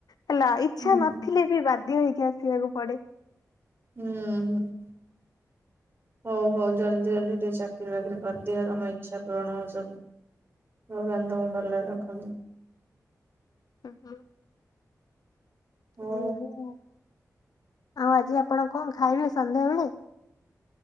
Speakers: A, on the left (about 80°); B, on the right (about 35°).
A: ହେଲା ଇଛା‌
B: ହୁଁ
A: ନ ଥିଲେ ବି ବାଧ୍ୟ ହେଇକି ଆସିବାକୁ ପଡେ।
B: ଅଁ, ହଁ। ହଉ ହଉ ଜଲଦି ଜଲଦି ଟିକେ ଚାକିରି ବାକିରି କରିଦିଅ, ତୋମ ଇଚ୍ଛା ପୂରଣ ହଉ ସବୁ ଭଗବାନ ତୋମକୁ ଭଲରେ ରଖନ୍ତୁ।
A: ହଁ,
B: ହଉ
A: ହଁ <inaudible> ଆଉ ଆଜି ଆପଣ କଣ ଖାଇବେ ସନ୍ଧ୍ୟାବେଳେ?